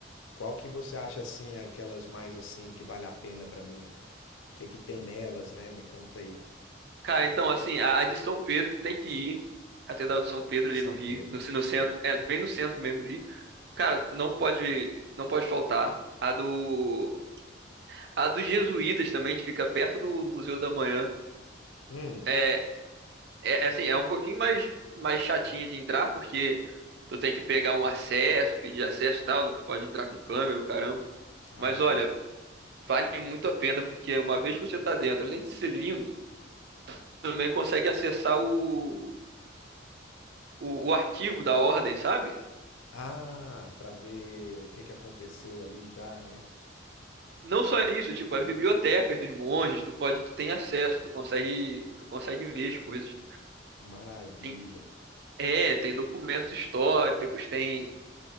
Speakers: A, on the left (about 80°); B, on the right (about 55°).
A: Qual que você acha assim aquelas mais assim que vale a pena pra mim? O que é que tem nelas, né? Me conta aí.
B: Cara, então assim, a, a de São Pedro tu tem que ir, Catedral de São Pedro
A: São
B: ali no Rio,
A: Pedro.
B: no, no centro, é bem no centro mesmo do Rio. Cara, não pode não pode faltar. A do a dos jesuítas também, que fica perto do Museu da Manhã.
A: Hum.
B: é, É, é assim, é um pouquinho mais, mais chatinho de entrar, porque tu tem que pegar um acesso, pedir acesso e tal, não pode entrar com câmera, o caramba.
A: Ah,
B: Mas olha, vale muito a pena, porque uma vez que você tá dentro, além de ser lindo, também consegue acessar o, o, o arquivo da ordem, sabe?
A: ah, para ver o que que aconteceu ali já, né?
B: Não só isso, tipo, as bibliotecas dos monges, tu pode, tu tem acesso, tu consegue, tu consegue ver as coisas.
A: Maravilha.
B: Tem- é, tem documentos históricos, tem